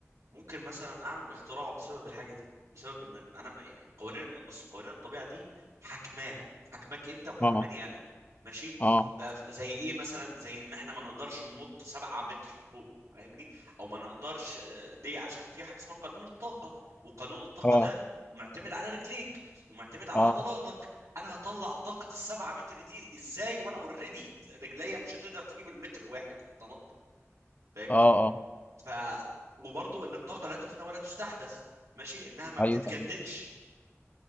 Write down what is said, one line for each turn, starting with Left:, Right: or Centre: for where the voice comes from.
Right: ممكن مثلا اعمل اختراع بسبب الحاجه دي بسبب ان انا يعني قوانين بص قوانين الطبيعه دي حكمانه حكمك انت وحكماني
Left: امم
Right: انا ماشي
Left: اه
Right: ف- ف- زي ايه مثلا زي ان احنا ما نقدرش ننط سبعة متر فوق فاهمني او ما نقدرش آه، ليه عشان في حاجه اسمها قانون الطاقه وقانون الطاقه
Left: اه
Right: ده معتمد على رجليك ومعتمد على
Left: اه
Right: عضلاتك انا هطلع طاقه السبعة متر دي ازاي وانا اوريدي رجليا مش هتقدر تجيب المتر واحد تنط فاهمني
Left: اه اه
Right: ف وبرضو ان الطاقه لا تفنى ولا تستحدث ماشي انها ما بتتجددش
Left: ايوه ايوه